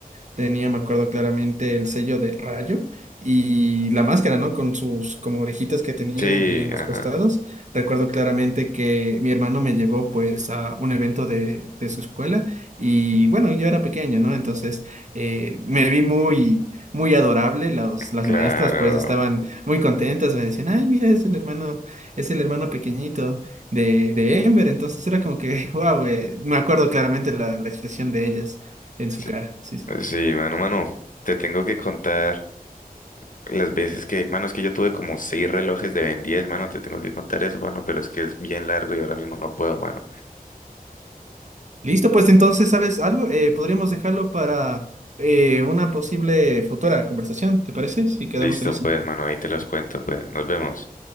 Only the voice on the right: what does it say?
Tenía, me acuerdo claramente, el sello del rayo y la máscara, ¿no? Con sus como orejitas que tenía
en los
costados. Recuerdo claramente que mi hermano me llevó pues a un evento de, de su escuela y bueno, yo era pequeño, ¿no? Entonces eh, me vi muy, muy adorable. Los, las
maestras pues estaban muy contentas, me decían, ay, mira, es el hermano, es el hermano pequeñito de, de Ember. Entonces era como que, <laughs> wow, me acuerdo claramente la, la expresión de ellas en su
cara. Sí, sí.
Listo, pues entonces, ¿sabes algo? Eh, podríamos dejarlo para eh, una posible futura conversación, ¿te parece? Si quedamos
en eso.